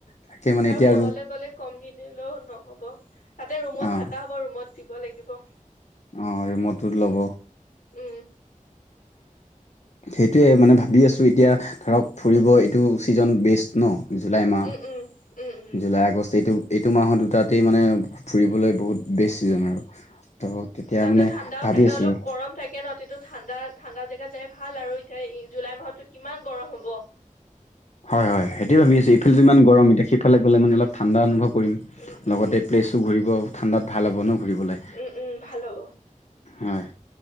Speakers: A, on the left; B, on the left.
A: তাকে মানে এতিয়া
B: আৰু ক'বলৈ গ'লে কম নি দিলো নহ'ব তাতে ৰুমত
A: অঁ
B: থকা হ'ব ৰুমত দিব লাগিব।
A: অঁ' ৰুমটো ল'ব।
B: উমঁ।
A: সেইটোৱে মানে ভাবি আছোঁ এতিয়া ধৰক ফুৰিব
B: উম
A: এইটো ছিজন বেষ্ট ন'। জুলাই মাহ,
B: উম উম উম উম
A: জুলাই আগষ্ট এইটো- এইটো মাহত দুটাতেই মানে ফুৰিবলৈ বহুত বেষ্ট ছিজন আৰু। ত' তেতিয়া
B: তাতে
A: মানে
B: ঠাণ্ডাও
A: ভাবি
B: থাকে
A: আছিলোঁ।
B: <unintelligible> থাকে ন'। টো ঠাণ্ডা, ঠাণ্ডা জেগাত যাই ভাল আৰু এতিয়া জুলাই মাহততো কিমান গৰম হ'ব।
A: হয় হয়, সেইটোৱে ভাবি আছোঁ, এইফালেটো ইমান গৰম এতিয়া সিফালে গ'লে
B: উম
A: মানে অলপ ঠাণ্ডা অনুভৱ কৰিম
B: উম উম
A: লগতে প্লেচ- ঘূৰিব ঠাণ্ডাত ভাল হ'ব ন ঘূৰিবলৈ।
B: উমঁ' ভাল হ'ব।
A: হয়,